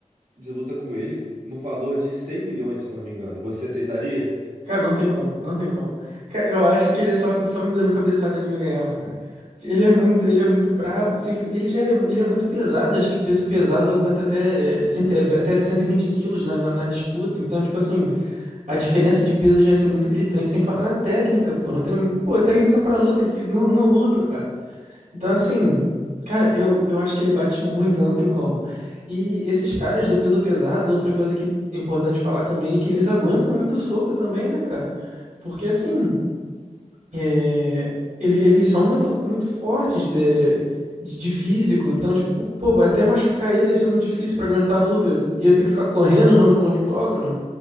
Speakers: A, on the right; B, on the right.
A: de luta com ele no valor de 100 milhões, se eu não me engano. Você aceitaria?
B: Cara, não tem como, não tem como. Cara, eu acho que ele só, só me dando cabeçada ele me ganhava, cara. Ele é muito, ele é muito brabo. Sempre- Ele já é, mu- ele é muito pesado, acho que peso pesado aguenta até, eh, cento- é, até 120 quilos na, na na disputa. Então, tipo assim. A diferença de peso já ia ser muito gritante, sem falar na técnica, pô. Não tem, pô, técnica pra luta, que não, não luto, cara. Então, assim, cara, eu, eu acho que ele bate muito, não tem como. E esses caras do peso pesado, outra coisa que é importante falar também é que eles aguentam muito soco também, né, cara? Porque, assim, é, ele- eles são muito, muito fortes de, de, de físico, então, tipo, pô, até machucar ele ia ser muito difícil pra aguentar a luta. Ia ter que ficar correndo no, no octógono.